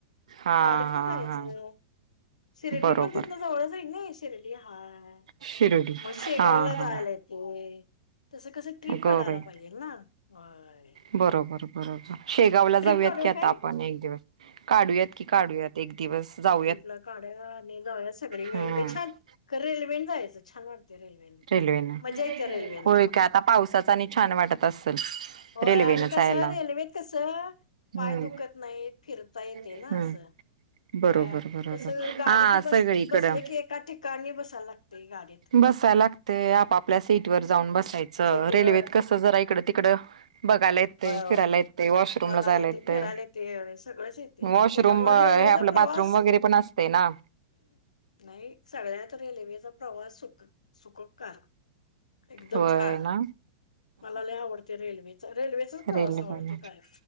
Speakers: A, on the right; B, on the left.
A: हा
B: गडीतन
A: हा
B: जायचं.
A: हा
B: शिर्डी
A: बरोबर
B: पण तिथन जवळंचे नाई, शिर्डी हाय,
A: शिर्डी
B: मग शेगावला
A: हा
B: जायलायेते.
A: हा
B: तसं कस ट्रिप
A: गौराई
B: काढायला पाहिजेल ना. व्हय.
A: बरोबर, बरोबर, शेगावला जाऊयात
B: काढूया
A: की आता
B: काय
A: आपण, एक दिवस काढूयात की काढूयात. एक दिवस जाऊ.
B: ट्रीपला काढायला आणि जाऊया सगळी मिळून
A: हम्म
B: लई छान, क रेल्वेने जायचं, छान वाट रेल्वेन
A: रेल्वेन
B: मजा येते रेल्वेन.
A: होय आता पावसाचा आणि छान वाटत असेल.
B: होय
A: रेल्वेनं
B: आणि कसं,
A: जायला
B: रेल्वेेत कस, पाय
A: हम्म
B: दुखत नाही, फिरता येते
A: हम्म
B: ना असं.
A: बरोबर
B: वम,
A: बरोबर
B: तसं गाडी
A: हा
B: तर बस
A: सगळीकडं
B: बसले की, एका ठिकाणी बसायला लाग ते गाडीत,
A: बसायला लागतंय आपापल्या सीटवर जाऊन बसायचं
B: सीट वर.
A: रेल्वेत कसं जरा इकडं तिकडं. बघायला येते,
B: होय
A: फिरायला येते, वॉशरूम
B: बघायला
A: ला जायला येते.
B: फिरायला येते सगळंच येते
A: वॉशरूम,
B: त्याच्यामुळे
A: हे
B: रेल्वेचा
A: आपलं
B: प्रवास
A: बाथरूम वगैरे पण असते ना.
B: नाही सगळ्यात रेल्वेचा प्रवास सुख सुखकारक. एकदम
A: होय
B: छान,
A: ना
B: मला लई आवडते रेल्वे. रेल्वेचाच प्रवास
A: रेल्वे
B: आवडते,
A: पण
B: काय